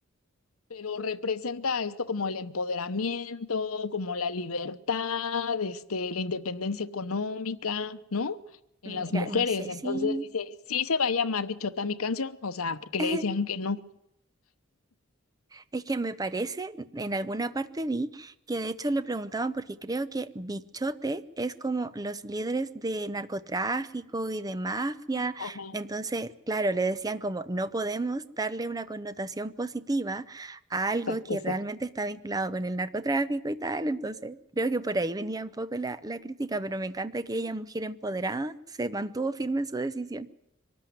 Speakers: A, on the left; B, on the right.
A: pero representa esto como el empoderamiento, como la libertad, este, la independencia económica, ¿no? En
B: Mira,
A: las mujeres.
B: no sé
A: Entonces
B: si...
A: dice, sí se va a llamar Bichota mi canción, o sea, porque
B: <laughs>
A: le decían que no.
B: Es que me parece, en alguna parte vi que de hecho le preguntaban porque creo que Bichote es como los líderes de narcotráfico y de mafia.
A: Ajá,
B: Entonces, claro, le decían como no podemos darle una connotación positiva a algo
A: exacto,
B: que
A: exacto.
B: realmente está vinculado con el narcotráfico y tal. Entonces, creo que por ahí venía un poco la, la crítica, pero me encanta que ella, mujer empoderada, se mantuvo firme en su decisión.